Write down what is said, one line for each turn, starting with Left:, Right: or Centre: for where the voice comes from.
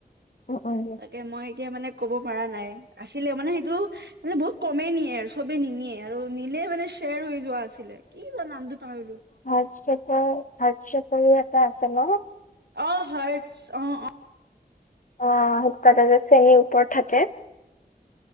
Left: উম উম
Right: তাকে মই এতিয়া মানে ক'ব পৰা নাই! আছিলে মানে সেইটো মানে বহুত কমেই নিয়ে আৰু চবেই নিনিয়ে আৰু নিলে মানে সেৰ হৈ যোৱা আছিলে কি বা নামটো পাহৰিলোঁ!
Left: <unintelligible> ভাত চ কৰি আটা আছে ন!
Right: অ', হয়, অ', অ'
Left: অ', সুতকাত যে চেনি ওপৰত থাকে।